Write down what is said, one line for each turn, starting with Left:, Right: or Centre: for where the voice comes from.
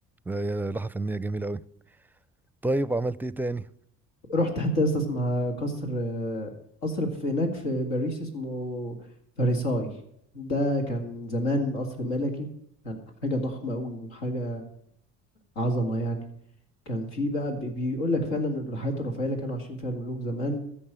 Centre: لا يا لوحة فنية جميلة قوي طيب وعملت ايه تاني
Left: رحت حتى لسه اسمع قصر آه، قصر في هناك في باريس اسمه فارساي ده كان زمان قصر ملكي كان حاجة ضخمة أوي وحاجة عظمة يعني كان في بقى بي- بيقول لك فعلا ان الحياة الرفاهية اللي كانوا عايشين فيها الملوك زمان